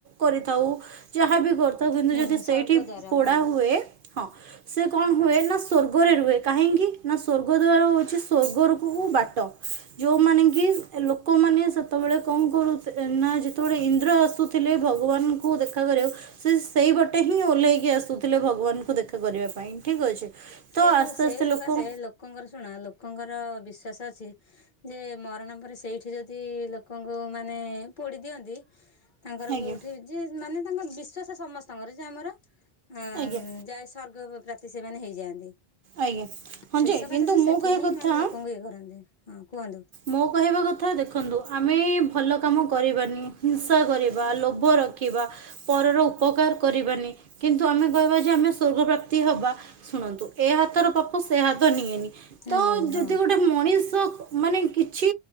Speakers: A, on the right (about 60°); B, on the left (about 50°).
A: କରିଥାଉ ଯାହାବି କରିଥାଉ କିନ୍ତୁ
B: ହୁଁ
A: ଯଦି ସେଇଠି
B: ସ୍ୱର୍ଗ ଦ୍ୱାର
A: ପୋଡ଼ା
B: ହଁ
A: ହୁଏ। ହଁ ସେ କଣ ହୁଏ ନା ସ୍ଵର୍ଗରେ ରୁହେ କାହିଁକି ନା ସ୍ଵର୍ଗ ଦ୍ଵାରା ହଉଛି ସ୍ଵର୍ଗ ରୁ କୁ ବାଟ ଯୋଉମାନେ କି ଲୋକମାନେ ସେତେବେଳେ କଣ କରୁ ନା ଯେତେବେଳେ ଇନ୍ଦ୍ର ଆସୁଥିଲେ ଭଗବାନଙ୍କୁ ଦେଖା କରିବାକୁ। ସେ ସେଇ ବାଟେ ହିଁ ଓହ୍ଲେଇକି ଆସୁଥିଲେ ଭଗବାନଙ୍କୁ ଦେଖା କରିବା ପାଇଁ ଠିକ୍ ଅଛି।
B: ସେ
A: ତ ଆସ୍ତେ
B: ସେଇ
A: ଆସ୍ତେ
B: ସକାଶେ
A: ଲୋକ
B: ଲୋକଙ୍କର ଶୁଣ ଲୋକଙ୍କର ବିଶ୍ଵାସ ଅଛି। ଯେ ମରଣ ପରେ ସେଇଠି ଯଦି ଲୋକଙ୍କୁ ମାନେ ପୋଡ଼ି ଦିଅନ୍ତି। ତାଙ୍କର
A: ଆଜ୍ଞା
B: କୋଉଠି ଯେ ମାନେ ତାଙ୍କ ବିଶ୍ଵାସ ସମସ୍ତଙ୍କର ଯେ ଆମର। ଅଂ
A: ଆଜ୍ଞା
B: ଯାଏ ସର୍ଗ ପ୍ରାପ୍ତି ସେମାନେ ହେଇଯାଆନ୍ତି।
A: ଆଜ୍ଞା ହଁ
B: ଶେଷ
A: ଯେ
B: କଥା
A: କିନ୍ତୁ
B: ସେ ସେଠି
A: ମୁଁ କହିବା
B: ହିଁ
A: କଥା
B: ମାନେ ଲୋକଙ୍କୁ ଇଏ କରନ୍ତି ହଁ କୁହନ୍ତୁ।
A: ମୋ କହିବା କଥା ଦେଖନ୍ତୁ ଆମେ ଭଲ କାମ କରିବାନି, ହିଂସା କରିବା, ଲୋଭ ରଖିବା। ପରର ଉପକାର କରିବାନି କିନ୍ତୁ ଆମେ କହିବା ଯେ ଆମେ ସ୍ୱର୍ଗ ପ୍ରାପ୍ତି ହବା। ଶୁଣନ୍ତୁ ଏ ହାତର ପାପ ସେ ହାତ ନିଏନି। ତ
B: ନିଏନି ହଁ।
A: ଯଦି ଗୋଟେ ମଣିଷ ମାନେ କିଛି